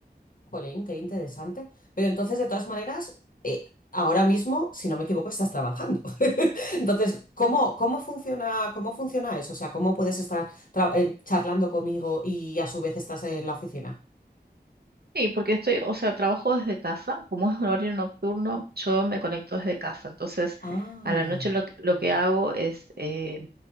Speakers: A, on the left; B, on the right.
A: Jolín, qué interesante. Pero entonces, de todas maneras, eh, ahora mismo, si no me equivoco, estás trabajando. <laughs> Entonces, ¿cómo, cómo funciona, cómo funciona eso? O sea, ¿cómo puedes estar tra- eh, charlando conmigo y a su vez estás en la oficina?
B: Sí, porque estoy, o sea, trabajo desde casa. Como es un horario nocturno, yo me conecto desde casa. Entonces,
A: Ah,
B: a la noche lo, que- lo que hago es eh,